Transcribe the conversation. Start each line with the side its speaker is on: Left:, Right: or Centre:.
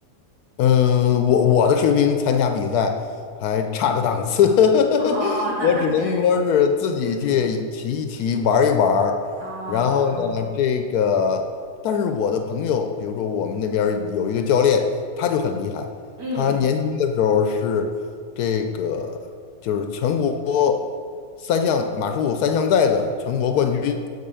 Left: 嗯，我我的水平参加比赛还差着档次，<laughs>
Right: 哦，那那可能，
Left: 我只能说是自己去骑一骑，
Right: 嗯
Left: 玩一玩儿然后呢，
Right: 啊，
Left: 这个，但是我的朋友，比如说我们那边儿有一个教练，他就很厉害。
Right: 嗯
Left: 他年轻的时候是这个，就是全国三项马术三项赛的全国冠军